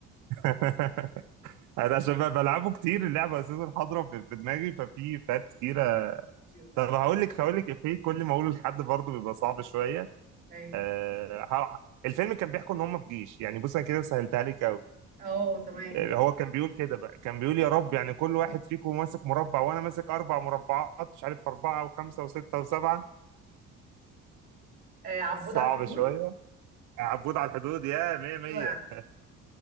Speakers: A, on the right (about 75°); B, on the right (about 30°).
A: <laughs> انا عشان بقى بلعبه كتير اللعبه اساسا حاضره في في دماغي ففي فات كتيره
B: كتير
A: طب
B: أوي.
A: هقول لك هقول لك افيه كل ما اقوله لحد برضه بيبقى صعب شويه
B: ايه
A: آه ه- الفيلم كان بيحكوا ان هم في جيش يعني بص انا كده سهلتها لك قوي
B: اه تمام
A: هو كان بيقول كده بقى كان بيقول يا رب يعني كل واحد فيكم ماسك مربع وانا ماسك اربع مربعات مش عارف اربعه وخمسه وسته وسبعه
B: آه عبود
A: صعب
B: على الحدود
A: شويه عبود على الحدود يا مية مية
B: ايوه